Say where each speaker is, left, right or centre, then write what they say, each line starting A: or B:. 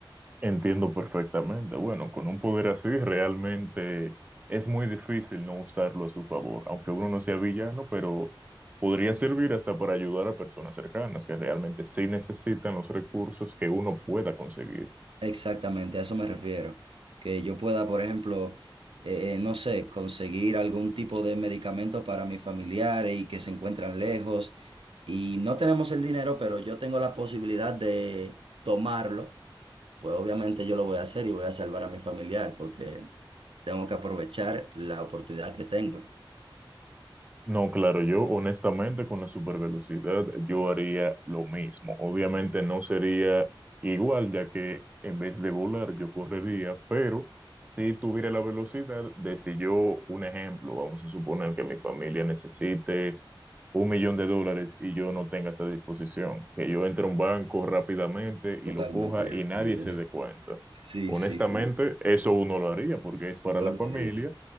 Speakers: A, on the right; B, on the right.
A: Entiendo perfectamente. Bueno, con un poder así realmente es muy difícil no usarlo a su favor, aunque uno no sea villano, pero podría servir hasta para ayudar a personas cercanas que realmente sí necesitan los recursos que uno pueda conseguir.
B: Exactamente, a eso me refiero. Que yo pueda, por ejemplo, eh, eh, no sé, conseguir algún tipo de medicamento para mis familiares y que se encuentran lejos. Y no tenemos el dinero, pero yo tengo la posibilidad de tomarlo pues obviamente yo lo voy a hacer y voy a salvar a mi familiar porque tengo que aprovechar la oportunidad que tengo.
A: No, claro, yo honestamente con la supervelocidad yo haría lo mismo. Obviamente no sería igual, ya que en vez de volar yo correría, pero si tuviera la velocidad de si yo, un ejemplo, vamos a suponer que mi familia necesite un millón de dólares y yo no tenga esa disposición, que yo entre a un banco rápidamente y
B: Totalmente
A: lo coja
B: de
A: y
B: acuerdo.
A: nadie se
B: <laughs>
A: dé cuenta.
B: Sí,
A: Honestamente,
B: sí, sí,
A: eso uno lo haría porque es para
B: yo
A: la
B: lo
A: familia
B: haría.